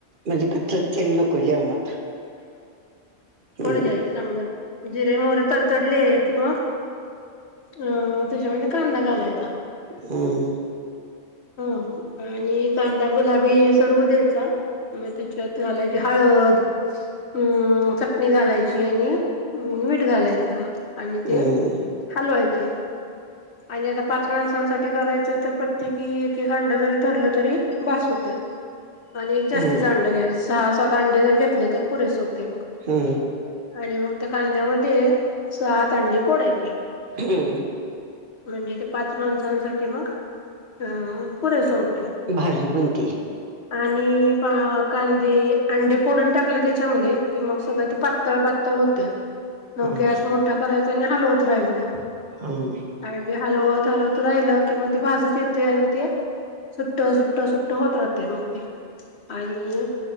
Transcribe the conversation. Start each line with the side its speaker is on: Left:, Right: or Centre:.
Right: म्हणजे, कच्च तेल नको जेवणात. हम्म
Left: कडुद्यायचं चांगलं. जिरे, मोहरी तडतडले कि मग अं त्याच्यामध्ये कांदा घालायचा.
Right: हम.
Left: ह आणि कांदा गुलाबी सर्व द्यायचा मग ते तेच्यात घालाईची हळद. हम चटणी घालायची आणि मीठ घालायचं. आणि
Right: हम्म
Left: ते हलवायचं आणि आता पाच माणसांसाठी करायचं. प्रत्येकी एक एक अंड जरी धरलं तरी बास होतयं. आणि एक जास्तीतच
Right: हम्म
Left: अंडे घ्यायचं सहा सात अंडे जर घेतले तर पुरेस होते मग.
Right: हम्म
Left: आणि मग त्या कांद्यामध्ये सात अंडी फोडायची.
Right: हम
Left: म्हणजे ते पाच माणसांसाठी मग अ पुरेस होत.
Right: भाजी बनते.
Left: आणि पा आ कांदे अंडे फोडून टाकले, त्याच्यामध्ये कि मग सगळं ते पातळ पातळ ते होतयं, मग
Right: हम्म
Left: गॅस मोठा करायचा आणि हलवत राहायचं.
Right: हो ओ.
Left: आणि हलवत हलवत राहिलं कि म ते भाजत येतयं आणि ते सुट्ट सुट्ट सुट्ट होत राहतयं मग ते. आणि